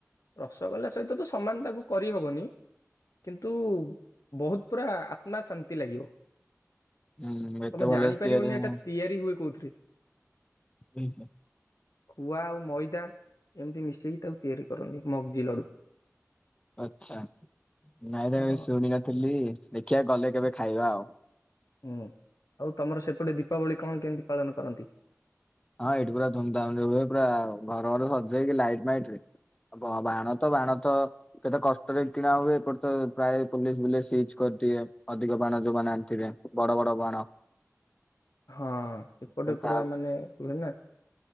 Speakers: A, on the left; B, on the left.
A: ରସଗୋଲା ସହିତ ତ ସମାନ ତାକୁ କରିହବନି କିନ୍ତୁ ବହୁତ ପୁରା ଆତ୍ମା ଶାନ୍ତି ଲାଗିବ।
B: ହୁଁ ଏତେ
A: ତମେ
B: ଭଲସେ
A: ଜାଣିପାରିବନି
B: ତିଆରି ହବ।
A: ଏଟା ତିଆରି ହୁଏ କୋଉଥିରେ <unintelligible>
B: ହୁଁ
A: ଖୁଆ ଆଉ ମଇଦା ଏମିତି ମିଶେଇକି ତାକୁ ତିଆରି କରନ୍ତି ମଞ୍ଜି ଲଡୁ।
B: ଆଛା ନାଇଁ ତା
A: ହଁ
B: ଏ ଶୁଣି ନଥିଲି ଦେଖିବା ଗଲେ କେବେ ଖାଇବା ଆଉ
A: ହୁଁ ଆଉ ତମର ସେପଟେ ଦୀପାବଳି କଣ କେମିତି ପାଳନ କରନ୍ତି।
B: ହଁ ଏଇଠି ପୁରା ଧୁମଧାମ ରେ ହୁଏ ପୁରା ଘର ଫର ସଜାଇକି ଲାଇଟ ମାଇଟ ରେ ହ ବାଣ ତ ବାଣ ତ କେତେ କଷ୍ଟରେ କିଣା ହୁଏ ଏପଟ ତ ପ୍ରାୟ ପୋଲିସ ଫୋଲିସ ସିଜ କରିଦିଏ। ଅଧିକ ବାଣ ଯୋଉମାନେ ଆଣିଥିବେ ବଡ଼ ବଡ଼ ବାଣ
A: ହଁ ସେପଟେ
B: ଆଉ
A: ପୁରା
B: ତା
A: ମାନେ କୁହେନା